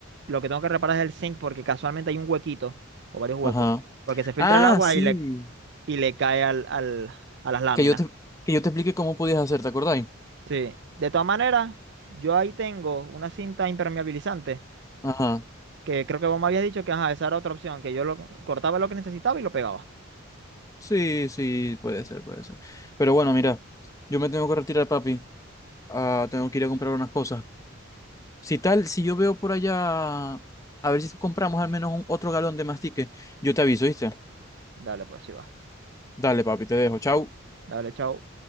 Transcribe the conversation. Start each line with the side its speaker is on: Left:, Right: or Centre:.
Right: Lo que tengo que reparar es el zinc porque casualmente hay un huequito o varios huecos.
Left: Ajá.
Right: Porque se filtra
Left: Ah,
Right: el agua
Left: sí.
Right: y le, y le cae al, al- a las láminas.
Left: Que yo te, que yo te explique cómo podías hacer, ¿te acordáis?
Right: Sí. De todas maneras, yo ahí tengo una cinta impermeabilizante
Left: Ajá.
Right: que creo que vos me habías dicho que ajá, esa era otra opción, que yo lo cortaba lo que necesitaba y lo pegaba.
Left: Sí, sí, puede ser, puede ser. Pero bueno, mira, yo me tengo que retirar, papi. Ah, tengo que ir a comprar unas cosas. Si tal, si yo veo por allá, a ver si compramos al menos un- otro galón de mastique, yo te aviso, ¿viste?
Right: Dale, pues sí va.
Left: Dale, papi, te dejo. Chau.
Right: Dale, chao.